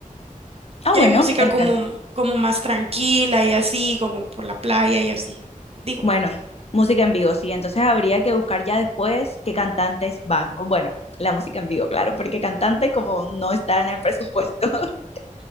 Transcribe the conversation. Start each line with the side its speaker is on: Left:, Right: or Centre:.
Left: Ah,
Right: y
Left: bueno,
Right: hay música
Left: me
Right: como,
Left: encanta.
Right: como más tranquila y así, como por la playa y así. Digo,
Left: Bueno, música en vivo, sí. Entonces habría que buscar ya después qué cantantes van. O bueno, la música en vivo, claro, porque cantante como no está en el presupuesto, <laughs> o